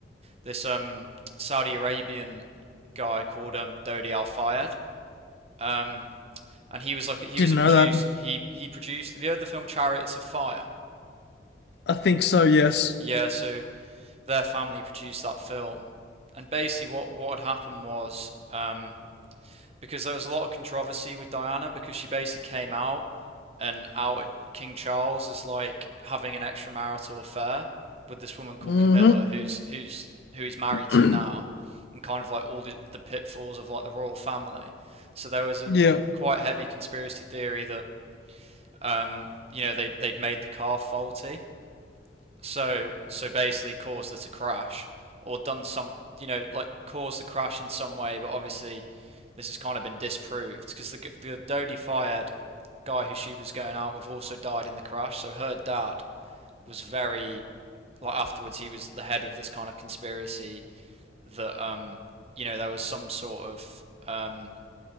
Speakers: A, on the right (about 35°); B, on the left (about 60°).
A: this um, Saudi Arabian guy called um, Dodi Al Fayed, um, and he was like he
B: Didn't
A: was a
B: know
A: producer.
B: that.
A: He he produced. Have you heard the film Chariots of Fire?
B: I think so, yes.
A: Yeah, so their family produced that film, and basically what what had happened was um, because there was a lot of controversy with Diana because she basically came out and outed King Charles as like having an extramarital affair with this woman called
B: Mm-hmm.
A: Camilla, who's who's who he's married
B: <clears throat>
A: to now, and kind of like all the, the pitfalls of like the royal family. So there was a
B: Yeah,
A: quite heavy conspiracy theory that um, you know they they'd made the car faulty so so basically caused her to crash or done some you know like caused the crash in some way, but obviously this has kind of been disproved because the the Dodie fired guy who she was going out with also died in the crash. So her dad was very like afterwards he was the head of this kind of conspiracy that um you know there was some sort of um